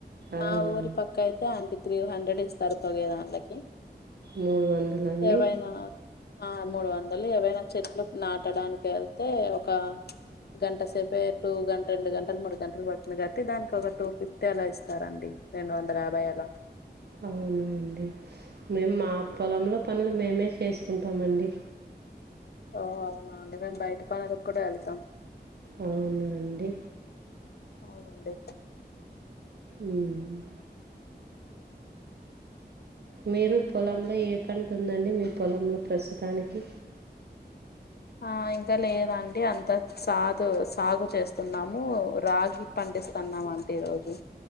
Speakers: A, on the right; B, on the left.
A: అవునండి
B: మా ఊరి పక్ కయితే అంతే త్రీ హండ్రెడ్ ఇస్తారు తొగే దాంలకి
A: మూడు వందలండి
B: ఎవైనా ఆ మూడు వందలు ఎవైనా చెట్లు నాటడానికి ఎళ్తే ఒక గంట సేపపే టూ గంట రెండు గంటలు మూడు గంటలు పడు ఎందుకట్టి దానికి ఒక టూ ఫిఫ్టీ అలా ఇస్తారండి రెండు వందల యాభై అలా
A: అవునా అండి మేము మా పొలంలో పనులు మేమే చేసుకుంటామండి
B: ఓ అవునా అండి మేము బయటి పనులకుడా ఎళ్తాం
A: అవున అండి
B: అవునండీ
A: ఉమ్ మీరు పొలంలో ఏ పంటుదండి మీ పొలంలో ప్రస్తుతానికి
B: ఆ ఇంకా లేదండి అంత సాదు సాగు చేస్తున్నాము రాగి పండిస్తాన్నామండి ఈరోజు